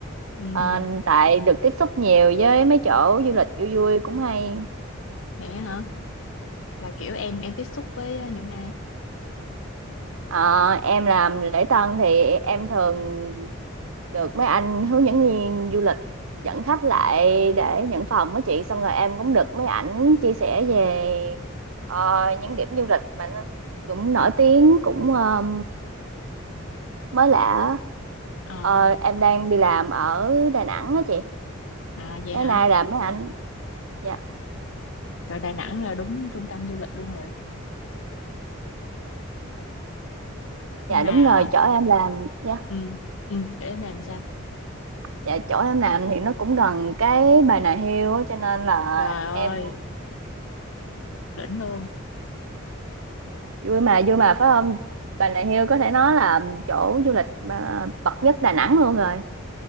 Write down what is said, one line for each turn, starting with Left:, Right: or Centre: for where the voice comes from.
Left: Ừ,
Right: Ờ, tại được tiếp xúc nhiều với mấy chỗ du lịch vui vui cũng hay.
Left: vậy á hả? Là kiểu em em tiếp xúc với à, những ai?
Right: Ờ, em làm lễ tân thì em thường được mấy anh hướng dẫn viên du lịch dẫn khách lại để nhận phòng á chị. Xong rồi em cũng được mấy ảnh chia sẻ về ờ, những điểm du lịch mà nó cũng nổi tiếng cũng... ờ, mới lạ á.
Left: Ờ,
Right: ờ, em đang đi làm ở Đà Nẵng á chị
Left: à, vậy
Right: mấy
Left: hả?
Right: nay là mấy anh dạ
Left: Trời Đà Nẵng là đúng trung tâm du lịch luôn rồi. Nhưng
Right: dạ
Left: mà
Right: đúng rồi chỗ em làm dạ
Left: ừ, ừ, chỗ em làm sao?
Right: dạ chỗ em làm thì nó cũng gần cái Bà Nà Hills á, cho nên là
Left: Trời ơi,
Right: em
Left: đỉnh luôn.
Right: vui mà vui mà phải không Bà Nà Hills có thể nói là chỗ du lịch mà bậc nhất Đà Nẵng luôn rồi